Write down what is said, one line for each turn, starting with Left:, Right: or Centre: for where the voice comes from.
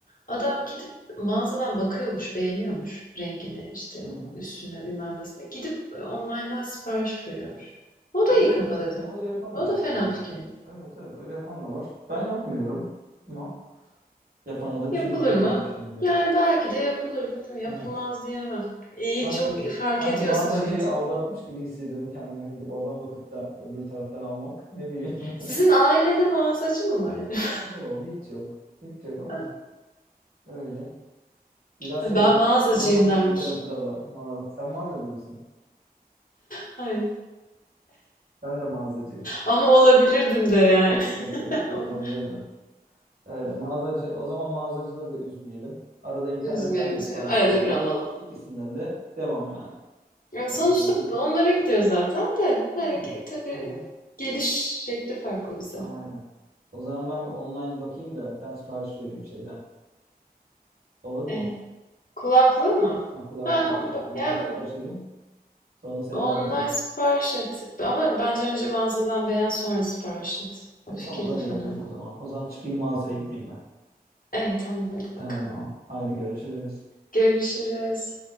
Left: adam gidip mağazadan bakıyormuş, beğeniyormuş rengini, işte
Right: Hı hı.
Left: üstüne bilmem nesine. Gidip e, online'dan sipariş veriyormuş. O
Right: Öyle
Left: da iyi
Right: yapan.
Left: kafa dedim.
Right: Öyle yapan
Left: O
Right: da çok
Left: da fena
Right: var yani.
Left: fikir değil.
Right: Evet evet öyle yapan da var. Ben yapmıyorum ama yapana da bir
Left: Yapılır
Right: şey diyemiyorum
Left: mı?
Right: şimdi.
Left: Yani belki de yapılır. Bilmiyorum, yapılmaz
Right: Evet.
Left: diyemem. İyi,
Right: Sanki
Left: çok iyi fark
Right: sanki
Left: ediyorsa
Right: mağazacıyı
Left: fiyatı.
Right: aldatmış gibi hissediyorum kendime gidip oradan bakıp da öbür taraftan almak. Ne bileyim.
Left: Sizin
Right: <laughs>
Left: ailede mağazacı mı var acaba?
Right: Yok hiç yok. Hiç yok ama
Left: <laughs>
Right: öyle. Biraz
Left: Ben
Right: şey dramatik,
Left: mağazacıyım
Right: dramatik
Left: dermişim.
Right: bir tarafı da var. Mağaza. Sen mağazacı mısın?
Left: Hayır.
Right: Ben de mağazacıyım.
Left: Ama olabilirdim de yani.
Right: Evet evet
Left: <laughs>
Right: olabilirdim. Öyle mağazacı o zaman mağazacıları da üzmeyelim. Arada internetten
Left: Üzmeyelim,
Right: de
Left: üzmeyelim.
Right: sipariş
Left: Arada
Right: verelim.
Left: bir alalım.
Right: İkisinden de devam yani.
Left: Ya
Right: Kontrollü.
Left: sonuçta onlara gidiyor zaten de. Yani
Right: Aynen.
Left: ki tabii
Right: Aha,
Left: geliş şekli farklı bize.
Right: aynen. O zaman ben bir online bakayım da bir tane sipariş vereyim şeyden. Olur mu?
Left: E, kulaklığı mı?
Right: Yani kulaklığından
Left: Ha,
Right: online
Left: yani
Right: sipariş edeyim. Sonra seni
Left: Online
Right: arayacağım.
Left: sipariş et. Ama bence önce mağazadan beğen sonra sipariş et. O
Right: E
Left: fikir
Right: tamam
Left: de
Right: öyle
Left: fena.
Right: yapayım o zaman. O zaman çıkayım mağazaya gideyim ben.
Left: İyi tamam hadi
Right: Tamam.
Left: bakalım.
Right: Haydi görüşürüz.
Left: Görüşürüz.